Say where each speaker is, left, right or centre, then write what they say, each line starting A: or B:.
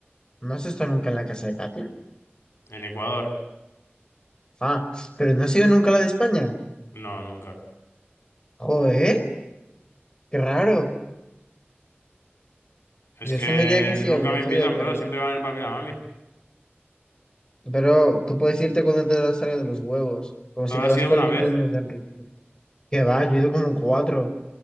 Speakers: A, on the left; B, on the left.
A: ¿No has estado nunca en la casa de Katia?
B: En Ecuador,
A: Ah, pero no ha sido nunca la de España.
B: no, nunca.
A: Joder, qué raro.
B: Es
A: Yo
B: que
A: asumiría que sí
B: nunca
A: habría
B: me
A: sido,
B: invitan,
A: pero...
B: bro. Siempre van el papi y la mami.
A: Pero tú puedes irte cuando te das salga de los huevos, como
B: Te
A: si
B: habrá
A: te vas
B: sido
A: para
B: una
A: el cumpleaños
B: vez.
A: de Enrique. Que va, yo he ido como en cuatro.